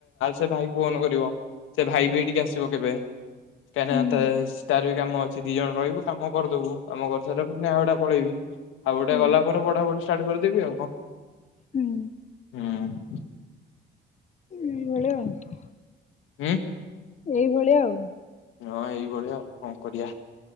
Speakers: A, on the left; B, on the left.
A: ସେ ଭାଇ ଫୋନ୍ କରିବ ସେ ଭାଇ ବି ଏଇଠିକି ଆସିବ କେବେ କାହିଁକିନା
B: ହୁଁ
A: ତାର ବି କାମ ଅଛି ଦି ଜଣ ରହିବୁ କାମ କରିଦବୁ କାମ କରି ସାରିଲା ପରେ ହାଓଡ଼ା ପଳେଇବି ହାଓଡ଼ା
B: ହୁଁ
A: ଗଲା ପରେ ପଢ଼ାପଢ଼ି ଷ୍ଟାଟେ କରିଦେବି ଆଉ କଣ
B: ହୁଁ
A: ହୁଁ
B: ଏଇଭଳିଆ ଆଉ
A: ହୁଁ
B: ଏଇଭଳିଆ ଆଉ
A: ହଁ ଏଇଭଳିଆ ଆଉ କଣ କରିବା